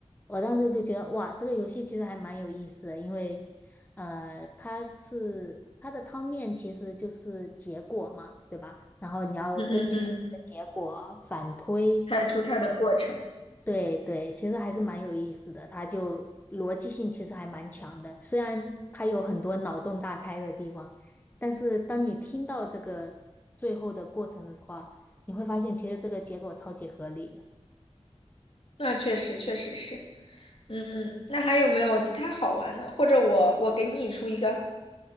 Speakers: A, on the left (about 15°); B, on the left (about 60°).
A: 我当时就觉得哇，这个游戏其实还蛮有意思的，因为呃它是它的汤面其实就是结果嘛，对吧？然后你要根据这个结果反推。
B: 嗯嗯嗯嗯，拍出它的过程，
A: 对对，其实还是蛮有意思的，它就逻辑性其实还蛮强的，虽然它有很多脑洞大开的地方，但是当你听到这个最后的过程的话，你会发现其实这个结果超级合理的。
B: 那确实确实是。嗯，嗯，那还有没有其他好玩的？或者我我给你出一个，